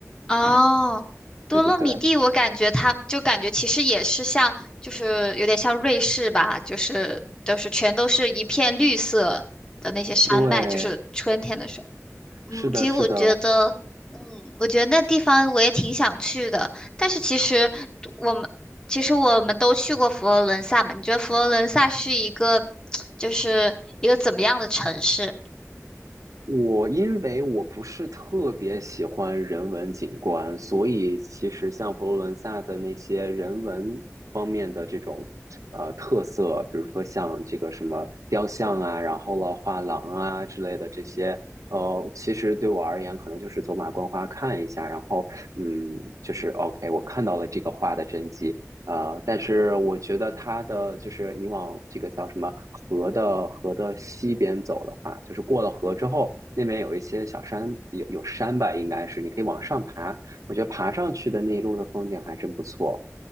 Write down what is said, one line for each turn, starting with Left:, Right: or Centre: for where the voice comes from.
Left: 哦，多洛米蒂，
Right: 对对对
Left: 我感觉它就感觉其实也是像，就是有点像瑞士吧，就是都是全都是一片绿色的那些山脉，
Right: 对，
Left: 就是春天的时候。嗯，
Right: 是的，
Left: 其实我觉得，
Right: 是的。
Left: 嗯，我觉得那地方我也挺想去的，但是其实我们其实我们都去过佛罗伦萨嘛，你觉得佛罗伦萨是一个就是一个怎么样的城市？
Right: 我因为我不是特别喜欢人文景观，所以其实像佛罗伦萨的那些人文方面的这种呃特色，比如说像这个什么雕像啊，然后了画廊啊之类的这些，呃，其实对我而言可能就是走马观花看一下，然后嗯，就是 OK，我看到了这个画的真迹，呃，但是我觉得它的就是你往这个叫什么河的河的西边走的话，就是过了河之后，那边有一些小山，有有山吧，应该是你可以往上爬。我觉得爬上去的那一路的风景还真不错。